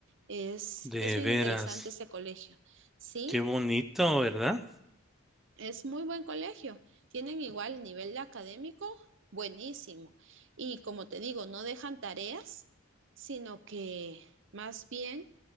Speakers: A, on the right (about 60°); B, in the centre.
A: Es,
B: De
A: es bien
B: veras.
A: interesante este colegio. Sí,
B: Qué bonito, ¿verdad?
A: es muy buen colegio. Tienen igual nivel académico, buenísimo. Y como te digo, no dejan tareas, sino que más bien